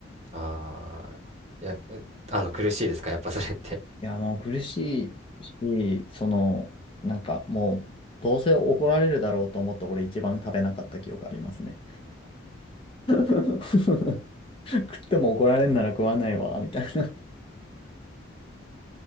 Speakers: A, on the right (about 30°); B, on the left (about 25°).
A: あ、ああ、いや、えあの、苦しいですか、やっぱそれって。
B: いや、もう苦しいし、その、なんかもう、どうせ怒られるだろうと思って、俺一番食べなかった記憶ありますね。<laughs> 食っても怒られんなら食わないわ、みたいな。